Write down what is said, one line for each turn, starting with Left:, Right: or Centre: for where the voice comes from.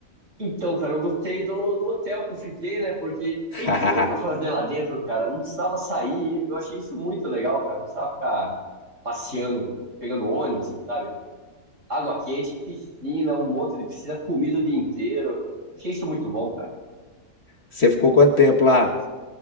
Right: Então, cara, eu gostei do, do hotel que eu fiquei, né? Porque tem
Left: <laughs>
Right: tudo pra fazer lá dentro, cara. Não precisava sair. Eu achei isso muito legal, cara. Não precisava ficar passeando, pegando ônibus, sabe? água quente, piscina, um monte de piscina, comida o dia inteiro. Achei isso muito bom, cara.
Left: Você ficou quanto tempo lá?